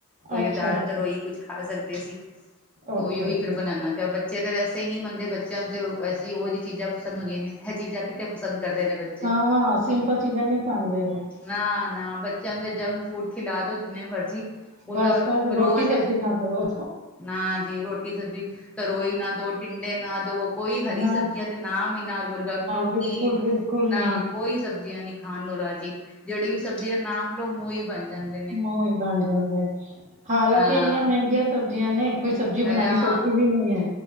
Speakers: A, in the centre; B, on the right.
A: ਕੋਈ
B: ਅੱਛਾ
A: ਓ ਦਾਲ
B: ਅੱਛਾ
A: ਤਰੋਈ ਕੁਛ ਖਾ ਸਕਦੇ ਸੀ,
B: ਓਕੇ
A: ਤੇ ਓਈ-ਓਈ
B: ਓਕੇ
A: ਫਿਰ
B: ਓਕੇ
A: ਬਨਾਨਾ ਪਿਆ ਬੱ ਬੱਚੇ ਤਾਂ ਵੈਸੇ ਈ ਨਈ ਮੰਨਦੇ ਬੱਚਿਆਂ ਨੂੰ ਤਾਂ ਵੈਸੇ ਈ ਓਹੋ ਜੀ ਚੀਜ਼ਾਂ ਪਸੰਦ ਹੁੰਦੀਆਂ ਨੇ ਏ ਚੀਜ਼ਾਂ ਕਿੱਥੇ ਪਸੰਦ ਕਰਦੇ ਨੇ ਬੱਚੇ।
B: ਹਾਂ, ਸਿੰਪਲ ਚੀਜ਼ਾਂ ਨੀ ਖਾਂਦੇ।
A: ਨਾ-ਨਾ ਬੱਚਿਆਂ ਨੂੰ ਤੇ ਜੰਕ ਫੂਡ ਖਿਲਾ ਦੋ ਜਿੰਨੇ ਮਰਜ਼ੀ। ਉਹ
B: ਬਸ-ਬਸ
A: ਤਾਂ
B: ਰੋਟੀ
A: ਰੋਜ਼
B: ਸਬਜ਼ੀ ਬਨਾ ਕੇ ਦੋ।
A: ਨਾ ਜੀ ਰੋਟੀ ਸਬਜ਼ੀ ਤਰੋਈ ਨਾ ਦੋ ਟਿੰਡੇ ਨਾ ਦੋ ਕੋਈ ਹਰੀ
B: ਨਾ
A: ਸਬਜ਼ੀਆਂ ਦੇ ਨਾਮ ਈ ਨਾ ਲੋ ਲੋਕੀ
B: ਬਿਲਕੁਲ ਬਿਲਕੁਲ
A: ਨਾ
B: ਨਹੀਂ
A: ਕੋਈ ਸਬਜ਼ੀਆਂ ਨੀ ਖਾਨ ਨੂੰ ਰਾਜੀ ਜੇੜੀ ਵੀ ਸਬਜ਼ੀ ਦਾ ਨਾਮ ਲਓ ਮੂੰਹ ਈ ਬਨ ਜਾਂਦੈ।
B: ਮੂੰਹ ਈ ਬਨ ਜਾਂਦੈ। ਹਾਲਾਂਕਿ
A: ਹਾਂ
B: ਏਨੀਆਂ ਮੈਂਗੀਆਂ ਸਬਜ਼ੀਆਂ ਨੇ ਕੋਈ ਸਬਜ਼ੀ ਬਨਾਨੀ
A: ਹਲਾ
B: ਸੌਖੀ ਵੀ ਨਈ ਐ।